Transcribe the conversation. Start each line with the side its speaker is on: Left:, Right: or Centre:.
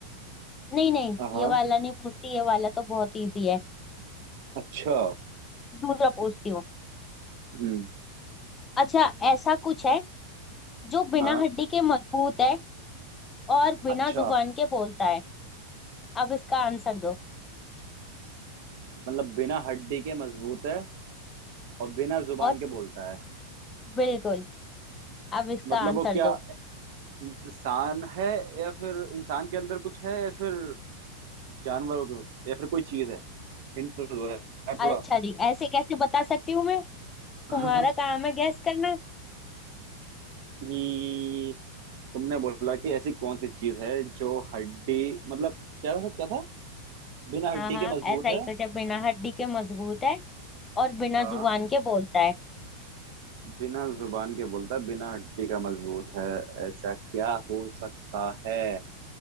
Left: नहीं नहीं
Right: हाँ
Left: ये वाला नहीं पूछती ये वाला तो बहुत इजी है
Right: अच्छा
Left: दूसरा पूछती हूँ
Right: हम्म
Left: अच्छा ऐसा कुछ है जो बिना
Right: हाँ
Left: हड्डी के मजबूत है और बिना
Right: अच्छा
Left: जुबान के बोलता है अब इसका आंसर दो
Right: मतलब बिना हड्डी के मजबूत है और बिना जुबान
Left: और
Right: के बोलता है
Left: बिल्कुल अब इसका
Right: मतलब
Left: आंसर
Right: वो क्या
Left: दो
Right: इंसान है या फिर इंसान के अंदर कुछ है या फिर जानवरों के या फिर कोई चीज है हिंट तो दो यार
Left: अच्छा
Right: थोड़ा
Left: जी ऐसे कैसे बता सकती हूँ मैं
Right: <laughs>
Left: तुम्हारा काम है गैस करना
Right: ये तुमने बोला कि ऐसी कौन सी चीज है जो हड्डी मतलब क्या था क्या था बिना हड्डी
Left: हाँ हाँ
Right: के मजबूत
Left: ऐसा ही
Right: है
Left: कुछ है बिना हड्डी के मजबूत है और बिना
Right: हाँ
Left: जुबान के बोलता है
Right: बिना जुबान के बोलता है बिना हड्डी का मजबूत है ऐसा क्या हो सकता है